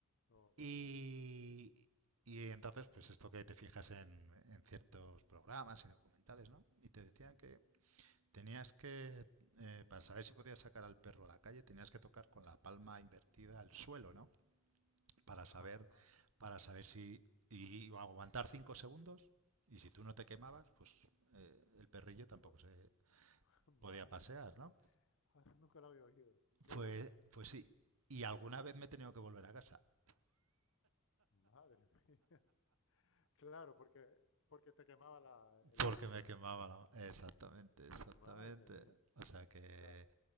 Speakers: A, on the left (about 65°); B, on the right (about 70°).
A: Oh, vaya.
B: Y, y entonces, pues esto que te fijas en, en ciertos programas y documentales, ¿no? Y te decían que tenías que, eh, para saber si podías sacar al perro a la calle, tenías que tocar con la palma invertida al suelo, ¿no? Para saber,
A: Ajá.
B: para saber si... Y aguantar cinco segundos, y si tú no te quemabas, pues eh, el perrillo tampoco
A: Pues,
B: se,
A: <laughs> madre
B: podía pasear,
A: mía.
B: ¿no?
A: Ah, eso nunca lo había oído. Qué
B: Pues,
A: bueno.
B: pues sí. Y alguna vez me he tenido que volver a casa
A: Madre mía. <laughs> Claro, porque, porque te quemaba la- el
B: porque
A: dorso
B: me
A: de
B: quemaba
A: la mano.
B: la... Exactamente, exactamente.
A: Madre mía.
B: O sea que...
A: O sea,